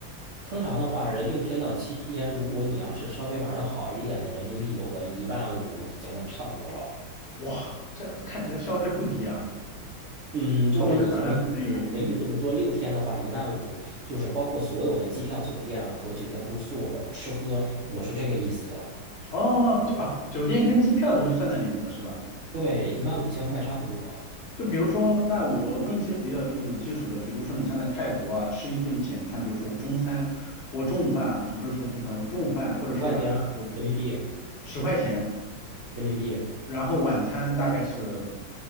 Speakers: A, on the right (about 75°); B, on the left (about 45°).
A: 通常的话是六天到七天，如果你要是稍微玩的好一点的，人民币有个一万五已经差不多了。
B: 哇，这看起来消费不低啊。
A: 嗯，就是已经，
B: 那我在想象可能有一天，
A: 我的意思是说，六天的话，一万五，就是包括所有的机票、酒店和酒店住宿、包吃喝，我是这个意思。
B: 哦，就啊，酒店跟机票都是算在里面的，是吧？
A: 对，一万五千块差不多，
B: 嗯，就比如说，那我问一些比较就是基础的，比如说你像在泰国啊，吃一顿简餐，比如说我中餐，我中午饭啊，就不是说中餐，我中午饭或者是晚上有
A: 十块钱人民币，
B: 十块钱，
A: 人民币。
B: 然后晚餐大概是，